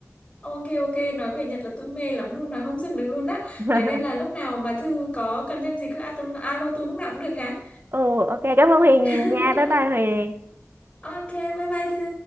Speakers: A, on the left; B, on the right.
A: Ok ok, nói về Nhật là tôi mê lắm luôn, nói không dừng được luôn á.
B: <laughs>
A: Đấy nên là lúc nào mà Thư có cần thêm gì cứ alo tôi alo tôi lúc nào cũng được hả?
B: ừ ok cảm ơn Huyền
A: <laughs>
B: nhiều nha bye bye Huyền
A: Ok, bye bye Thư.